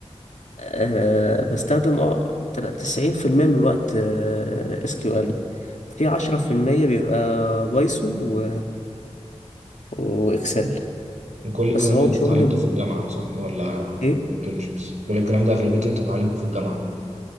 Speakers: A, on the left (about 85°); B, on the right (about 90°).
A: أه بستخدم اه تسعين في المية من الوقت اس كيو ال في عشرة
B: مم.
A: في المية بيبقى بايثون و واكسل
B: وكل
A: بس
B: الكلام
A: هو
B: ده انت
A: شغلي
B: اتعلمته
A: م-
B: في الجامعة صح ولا
A: ايه
B: internships كل الكلام ده أغلبيته انت اتعلمته في الجامعة